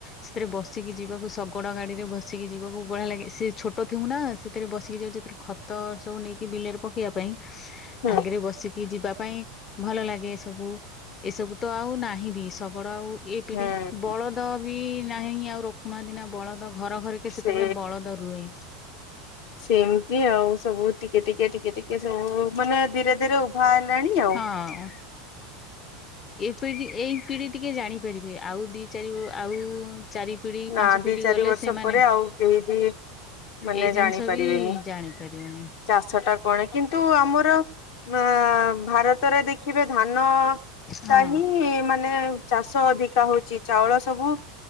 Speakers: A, on the left; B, on the left.
A: ସେଥିରେ ବସିକି ଯିବାକୁ ଶଗଡ଼ ଗାଡ଼ିରେ ବସିକି ଯିବାକୁ ବଢିଆ ଲାଗେ ସେ ଛୋଟ ଥିବଉ ନା ସେଥିରେ ବସିକି ଯାଉ ଯେଥିରେ - ତ ସବୁ ନେଇକି ବିଲରେ ପକେଇବା ପାଇଁ।
B: ହୁଁ
A: ଆଗରେ ବସିକି ଯିବା ପାଇଁ ଭଲ ଲାଗେ ସବୁ। ଏସବୁ ତ ଆଉ ନାହିଁ ବି ଶଗଡ଼ ଆଉ ଏ ପିଢଠି
B: ହୁଁ।
A: ବଳଦ ବି- ନାହିଁ ଆଉ ରଖୁନାହାନ୍ତି ନା ବଳଦ ଘର ଘରକି ସେତେ
B: ସେ
A: ବେଳେ ବଳଦ ରୁହେ।
B: ସେମିତି ଆଉ ସବୁ ଟିକେ ଟିକେ ଟିକେ ଟିକେ ସବୁ ମାନେ ଧୀରେ ଧୀରେ ଉଭା ହେଲାଣି ଆଉ।
A: ହଁ। ଏ ପିଢି ଏଇ ପିଢି ଟିକେ ଜାଣିପାରିବେ ଆଉ ଦି ଚାରି ଆଉ ଚାରି- ପିଢି
B: ନା
A: ପାଞ୍ଚ
B: ଦି
A: ପିଢି
B: ଚାରି
A: ଗଲେ
B: ବର୍ଷ
A: ସେମାନେ
B: ପରେ ଆଉ କେହି ବି ମାନେ
A: ଏଇ
B: ଜାଣିପାରିବେନି।
A: ଜିନିଷ ବି ଜାଣିପାରିଲେନି।
B: ଚାଷ ଟା କଣ କିନ୍ତୁ ଆମର ଆ- ଭାରତରେ ଦେଖିବେ ଧାନ
A: ହଁ
B: ଟା ହିଁ ମାନେ ଚାଷ ଅଧିକା ହଉଚି ଚାଉଳ ସବୁ